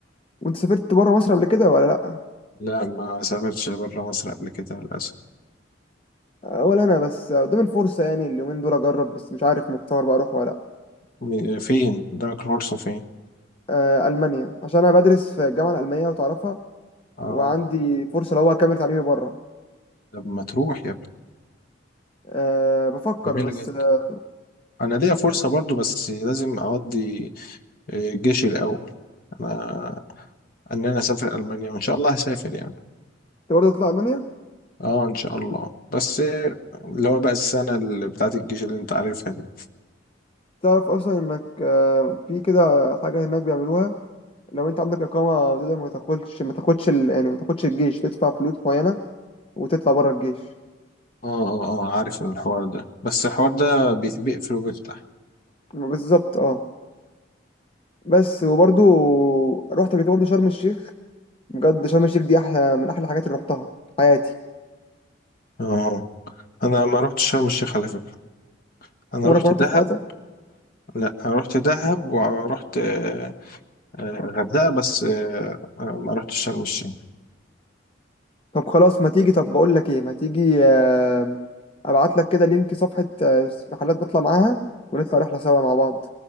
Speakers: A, on the left; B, on the left.
A: وانت سافرت بره مصر قبل كده ولا لا
B: لا ما سافرتش برا مصر قبل كده للأسف
A: ولا انا بس قدام الفرصه يعني اليومين دول اجرب بس مش عارف مختار بقى اروح ولا لا
B: م- فين؟ دارك الفرصة فين؟
A: آه، المانيا عشان انا بدرس في الجامعه الالمانيه وتعرفها
B: اه
A: وعندي فرصه لو هو اكمل تعليمي بره
B: طب ما تروح يا ابني
A: أه بفكر
B: جميلة
A: بس
B: جدا
A: آه،
B: أنا ليا فرصة برضه بس لازم أقضي آه، جيشي الأول أنا إن أنا أسافر ألمانيا وإن شاء الله هسافر يعني
A: انت برضه تطلع المانيا
B: اه ان شاء الله بس اللي هو بقى السنه اللي بتاعت الجيش اللي انت عارفها دي
A: تعرف اصلا انك أه في كده حاجه هناك بيعملوها لو انت عندك اقامه تقدر ما تاخدش ما تاخدش ال- يعني ما تاخدش الجيش تدفع فلوس معينه وتطلع بره الجيش
B: اه اه اه عارف الحوار ده بس الحوار ده بي- بيقفل وبيفتح
A: بالظبط اه بس وبرضه رحت قبل كده برضه شرم الشيخ بجد شرم الشيخ دي احلى من احلى الحاجات اللي رحتها في حياتي
B: اه انا ما رحتش شرم الشيخ على فكره انا
A: وانا
B: رحت
A: كنت
B: دهب
A: في حياتك
B: لا انا رحت دهب ورحت آه، آه، غردقه بس آه، آه، ما رحتش شرم الشيخ
A: طب خلاص ما تيجي طب بقول لك ايه ما تيجي آه، ابعت لك كده لينك صفحة آه، رحلات بطلع معاها ونطلع رحلة سوا مع بعض